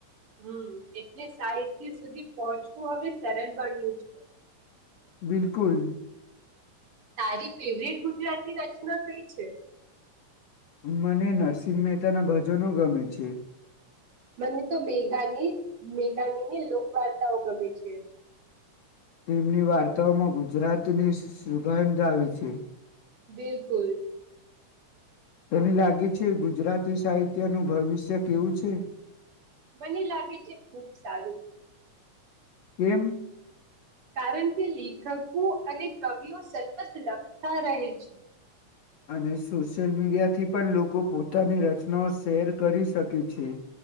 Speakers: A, on the right (about 50°); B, on the left (about 60°).
A: હમ એટલે સાહિત્ય સુધી પહોંચવું હવે સરળ બન્યું છે
B: બિલકુલ
A: તારી ફેવરિટ ગુજરાતી રચના કઈ છે
B: મને નરસિંહ મહેતા ના ભજનો ગમે છે
A: મને તો મેઘાની મેઘાનીની લોકવાર્તાઓ ગમે છે
B: તેમની વાર્તાઓમાં ગુજરાતની સુગંધ આવે છે
A: બિલકુલ
B: તને લાગે છે ગુજરાતી સાહિત્યનું ભવિષ્ય કેવું છે
A: મને લાગે છે ખુબ સારું
B: એમ
A: કારણ કે લેખકો અને કવિઓ સતત લખતા રહે છે
B: અને સોશિયલ મીડિયાથી પણ લોકો પોતાની રચનાઓ શેર કરી શકે છે